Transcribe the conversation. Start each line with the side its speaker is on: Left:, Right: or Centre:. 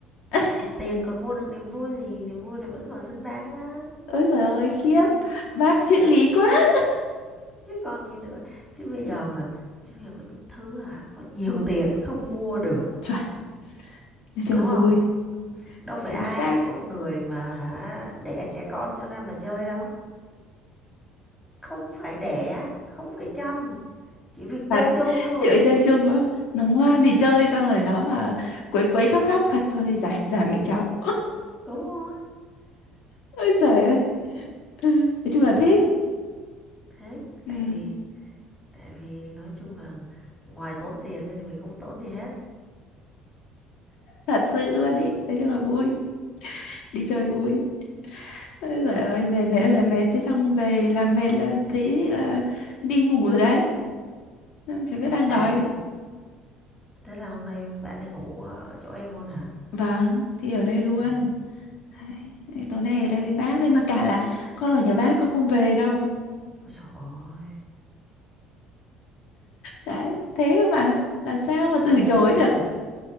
Left: <laughs>
Centre: tiền còn mua được niềm vui thì niềm vui này vẫn còn xứng đáng lắm
Left: ôi trời
Centre: không
Left: ơi
Centre: có vấn đề
Left: khiếp
Centre: gì
Left: bác triết lý quá <laughs>
Centre: chứ còn gì nữa chứ bây giờ mà chứ bây giờ có những thứ à có nhiều tiền không mua được
Left: chuẩn nói chung
Centre: đúng
Left: là vui
Centre: không Đâu phải
Left: chính
Centre: ai
Left: xác
Centre: cũng có người mà hả đẻ trẻ con cho ra mà chơi đâu. Không phải đẻ, không phải chăm, chỉ việc
Left: thật
Centre: chơi chung thôi.
Left: chị phải chơi chung đó, nó ngoan thì chơi xong rồi nó mà quấy quấy khóc khóc thôi thôi thì giả giả mẹ cháu
Centre: Đúng rồi.
Left: ôi trời ơi <laughs> Ừ, nói chung là thích
Centre: Thế
Left: ừ
Centre: tại vì tại vì nói chung là ngoài tốn tiền ra thì mình không tốn gì hết.
Left: thật sự luôn ý nói chung là vui đi chơi vui Ôi giời ơi về mệt ơi là mệt thế xong về làm mệt là thấy là đi ngủ rồi đấy xong chả biết đang
Centre: À
Left: đói
Centre: thế là thế là hôm nay bạn ấy ngủ ở chỗ em luôn hả?
Left: vâng thì ở đây luôn
Centre: Ừ.
Left: Đấy, thế tối nay ở đây với bác đấy mà cả là con ở nhà bác con không về đâu
Centre: Ôi trời ơi,
Left: đấy thế cơ mà làm sao mà từ
Centre: tí
Left: chối
Centre: tuổi
Left: được
Centre: mà,